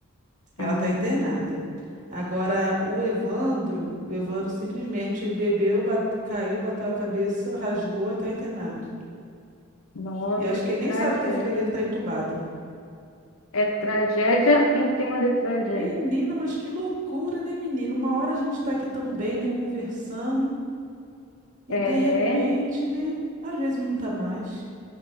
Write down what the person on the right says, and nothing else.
Ela está internada. Agora, o Evandro, o Evandro simplesmente, ele bebeu, bate- caiu, bateu a cabeça, rasgou e está internado.
E acho
que ele
nem sabe que a filha dele tá entubada.
Menina, mas que loucura, né, menina? Uma hora a gente tá aqui também, né, conversando, e
de repente, né, às vezes não tá mais.